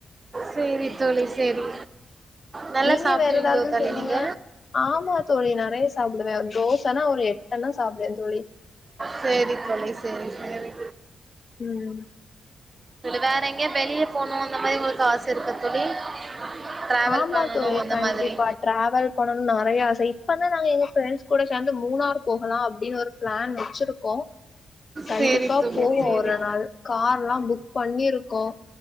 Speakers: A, on the right; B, on the left.
A: சேரி தோழி சேரி நல்லா
B: நீங்க
A: சாப்டுவீங்களோ
B: வேற ஏதாவது
A: தோழி
B: சொல்லுங்க
A: நீங்க
B: ஆமா தோழி நறைய சாப்பிடுவேன் தோசனா ஒரு எட்டனா சாப்பிடுவேன் தோழி
A: சேரி தோழி சேரி சேரி
B: ம்
A: வேற எங்கயா வெளிய போனு அந்த மாதிரி உங்களுக்கு ஆசை இருக்க தோழி டிராவல்
B: ஆமா
A: பண்ணணு
B: தோழி
A: அந்த
B: கண்டிப்பா
A: மாதிரி
B: டிராவல் பண்ணுனு நறைய ஆசை இப்பதா நாங்க எங்க ஃப்ரெண்ட்ஸ் கூட சேர்ந்து மூணார் போகலாம் அப்படின்னு ஒரு பிளான் வெச்சிருக்கோ கண்டிப்பா
A: சேரி தோழி
B: போவோ
A: சேரி
B: ஒரு நாள் கார்ல்லா புக் பண்ணிருக்கோ